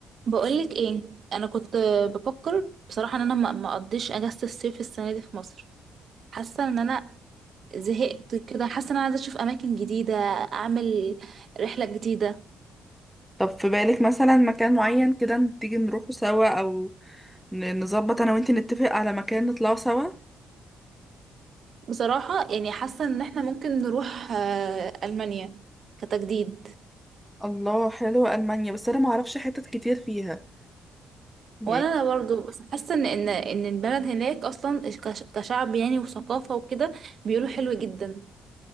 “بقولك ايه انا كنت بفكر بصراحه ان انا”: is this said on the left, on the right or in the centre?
Right